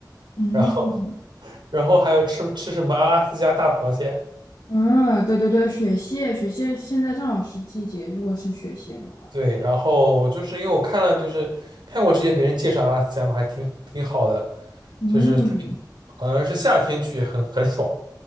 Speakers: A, on the left (about 80°); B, on the right (about 80°).
A: 嗯，
B: 然后 <laughs> 然后还有吃吃什么阿拉斯加大螃蟹。
A: 嗯，对对对，雪蟹，雪蟹现在正好是季节，如果是雪蟹的话，
B: 对，然后就是因为我看了，就是看过这些别人介绍阿拉斯加嘛，还挺挺好的，
A: 嗯，
B: 就是特别好像是夏天去也很很爽，